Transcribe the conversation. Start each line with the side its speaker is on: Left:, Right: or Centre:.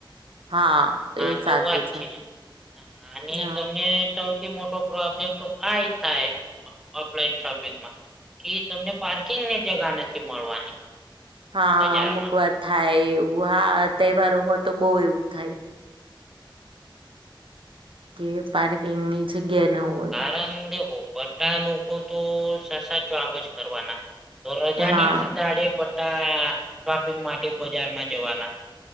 Right: હા
Centre: હા
Right: એ
Centre: તો
Right: સાચું
Centre: વાત છે હા અને
Right: હા
Centre: તમને સૌ થી મોટો પ્રોબ્લેમ તો આએ થાય હે ઓફલાઈન શોપિંગમાં. કે તમને પાર્કિંગની જગા નથી મળવાની.
Right: હા
Centre: બજારમાં.
Right: અમુક વાર થાય એવું હા તહેવારોમાં તો બહુ એવું થાય. ટેવ પાણી એમની જગ્યા ન હોય.
Centre: કારન કે <inaudible> લોકો તો સસા જવાબ જ કરવાના. તો રજાની
Right: હા
Centre: જ દાડે બટ્ટા શોપિંગ માટે બજારમાં જવાના.